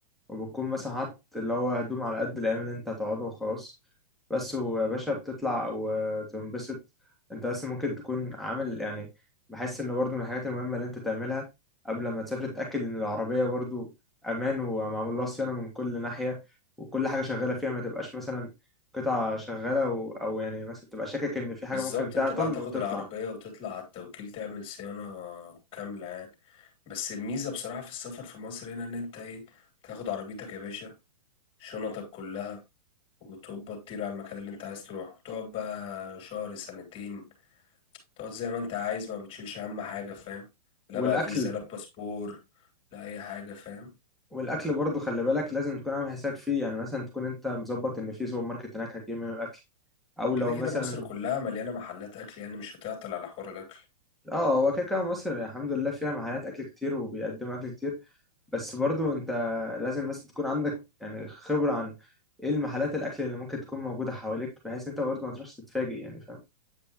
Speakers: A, in the centre; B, on the left.
A: وبتكون مثلا حاطط اللي هو هدوم على قد الأيام اللي أنت هتقعدها وخلاص بس ويا باشا بتطلع وتنبسط أنت بس ممكن تكون عامل يعني بحس إن برضو من الحاجات المهمة اللي أنت تعملها قبل ما تسافر تتأكد إن العربية برضو أمان ومعمول لها صيانة من كل ناحية وكل حاجة شغالة فيها ما تبقاش مثلا قطعة شغالة و... أو يعني مثلا تبقى شاكك إن في حاجة
B: بالظبط
A: ممكن تعطل
B: انت بقى تاخد
A: وتطلع
B: العربية وتطلع على التوكيل تعمل صيانة كاملة يعني بس الميزة بصراحة في السفر في مصر هنا ان انت ايه تاخد عربيتك يا باشا شنطك كلها وتبقى تطير على المكان اللي انت عايز تروح وتقعد بقى شهر سنتين تقعد زي ما انت عايز ما بتشيلش هم حاجة فاهم لا
A: والأكل
B: بقى فيزا لا باسبور لا اي حاجة فاهم
A: والاكل برضو خلي بالك لازم تكون عامل حسابك فيه يعني مثلا تكون انت مظبط ان في سوبر ماركت هناك هتجيب منه الاكل او لو
B: كده كده
A: مثلا
B: مصر كلها مليانة محلات اكل يعني مش هتعطل على حوار الاكل
A: اه هو كده كده مصر الحمد لله فيها محلات اكل كتير وبيقدموا اكل كتير بس برضو انت لازم بس تكون عندك يعني خبرة عن ايه المحلات الاكل اللي ممكن تكون موجودة حواليك بحيث انت برضو ما تروحش تتفاجئ يعني فاهم